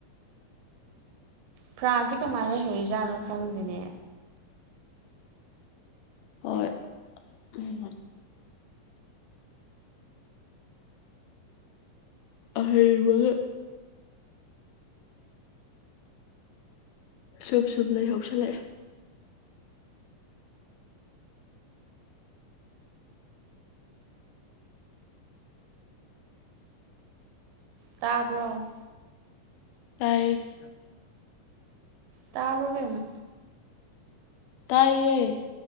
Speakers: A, on the right; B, on the left.
A: ꯐ꯭ꯔꯥꯟꯁꯁꯦ ꯀꯃꯥꯏꯅ ꯂꯩꯍꯧꯔꯤꯖꯥꯠꯅꯣ ꯈꯪꯗꯦꯅꯦ
B: ꯍꯣꯏ ꯎ ꯑꯍꯦ ꯃꯗꯨ ꯁꯨꯞ ꯁꯨꯨꯞ ꯂꯩꯍꯧꯁꯜꯂꯛꯑꯦ
A: ꯇꯥꯕ꯭ꯔꯣ
B: ꯇꯥꯔꯤ
A: ꯇꯥꯕ꯭ꯔꯣ ꯕꯦꯝꯃ
B: ꯇꯥꯏꯌꯦ